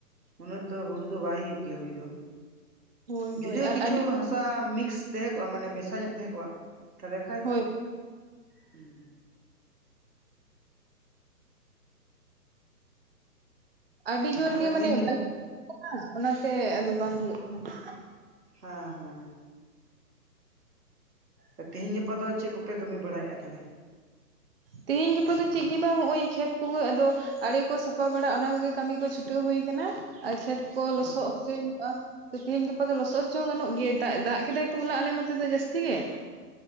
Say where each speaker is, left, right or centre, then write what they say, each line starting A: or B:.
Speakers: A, on the right; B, on the right.
A: ᱩᱱᱟᱹᱜ ᱫᱚ ᱦᱩᱲᱩ ᱫᱚ ᱵᱟᱭ ᱦᱩᱭᱩᱜ ᱜᱮᱭᱟ ᱦᱩᱭ ᱫᱚ
B: ᱦᱳᱭ ᱦᱳᱭ
A: ᱡᱩᱫᱤ ᱦᱚ
B: ᱟᱨ
A: ᱠᱤᱪᱷᱩ
B: ᱟᱹᱰᱤ
A: ᱦᱟᱥᱟ ᱢᱤᱠᱥ ᱛᱮᱦᱮᱸ ᱠᱚᱜᱼᱟ ᱢᱟᱱᱮ ᱢᱮᱥᱟ ᱧᱚᱜ ᱛᱟᱦᱮᱸ ᱠᱚᱜᱼᱟ, ᱛᱟᱦᱮᱞᱮ ᱠᱷᱟᱡ
B: ᱦᱳᱭ
A: ᱦᱩᱸ
B: ᱟᱹᱰᱤ ᱡᱳᱨ
A: ᱟᱨ ᱛᱟᱦᱚᱞᱮ
B: ᱜᱮ ᱢᱟᱱᱮ
A: ᱛᱤᱦᱤᱧ
B: <inaudible>
A: ᱜᱟᱯᱟ
B: <inaudible> ᱚᱱᱟᱛᱮ ᱟᱫᱚ ᱵᱟᱝ ᱦᱳᱭᱳᱜ ᱠᱟᱱᱟ᱾
A: ᱦᱩᱸ ᱦᱩᱸ ᱟᱨ ᱛᱮᱦᱤᱧ ᱜᱟᱯᱟ ᱫᱚ ᱪᱮᱫ ᱠᱚᱯᱮ ᱠᱟᱹᱢᱤ ᱵᱟᱲᱟᱭᱮᱫᱼᱟ ᱛᱟ ᱦᱮᱞᱮ?
B: ᱛᱮᱦᱮᱧ ᱜᱟᱯᱟ ᱫᱚ ᱪᱮᱜ ᱜᱮ ᱵᱟᱝ ᱱᱚᱜᱼᱚᱭ ᱠᱷᱮᱛ ᱠᱚᱜᱮ ᱟᱫᱚ ᱟᱲᱮ ᱠᱚ ᱥᱟᱯᱷᱟ ᱵᱟᱲᱟ ᱚᱱᱟ ᱠᱚᱜᱮ ᱠᱟᱹᱢᱤ ᱠᱚ ᱪᱷᱩᱴᱟᱹᱣ ᱦᱩᱭ ᱠᱟᱱᱟ ᱟᱨ ᱠᱷᱮᱛ ᱠᱚ ᱞᱚᱥᱚᱜ
A: ᱚ
B: ᱦᱚᱪᱚᱧ ᱟ, ᱛᱮᱦᱮᱧ ᱜᱟᱯᱟ ᱫᱚ ᱞᱚᱥᱚᱫ ᱚᱪᱚ ᱜᱟᱱᱚᱜ ᱜᱮᱭᱟ, ᱫᱟᱜ ᱫᱟᱜ ᱠᱮᱫᱟᱭ ᱛᱚ ᱦᱚᱞᱟ ᱟᱞᱮ ᱱᱚᱛᱮ ᱫᱚ ᱡᱟᱹᱥᱛᱤ ᱜᱮ, <unintelligible>